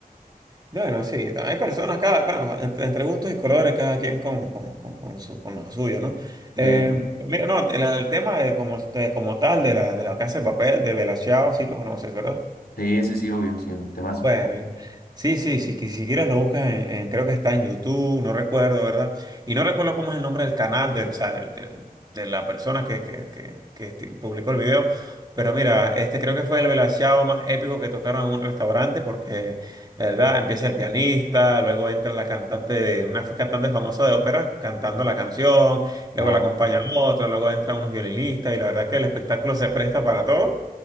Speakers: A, on the right; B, on the left.
A: Bueno, sí, también hay personas, cada, bueno, ent- entre gustos y colores, cada quien con, con, con, con su, con lo suyo, ¿no? Eh,
B: Eh,
A: mira, no, el, el tema de como, de como tal de la, de la Casa de Papel, de Bella Ciao, sí lo conoces, ¿verdad?
B: Sí, sí, ese sí, obvio, sí, un temazo.
A: Bueno, sí, sí, sí, que si quieres lo buscas en, en- creo que está en YouTube, no recuerdo, ¿verdad? Y no recuerdo cómo es el nombre del canal, del, o sea, del- del- de la persona que, que, que, que este- publicó el video. Pero mira, este creo que fue el velachao más épico que tocaron en un restaurante porque, la ¿verdad? Empieza el pianista, luego entra la cantante de, una fa- cantante famosa de ópera cantando la canción, luego
B: Ajá,
A: la acompaña otra, luego entran unos violinistas y la verdad es que el espectáculo se presta para todo.